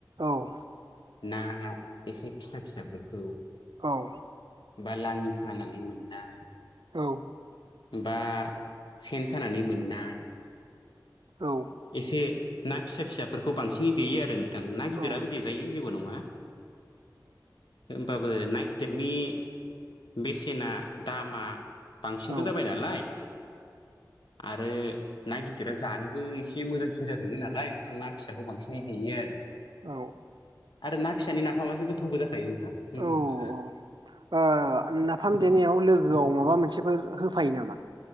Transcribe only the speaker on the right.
औ
औ
औ
औ
औ
औ
औ
औ
औ ओ नाफाम देनायाव लोगो गोआव माबा मोनसेफोर होफायो नामा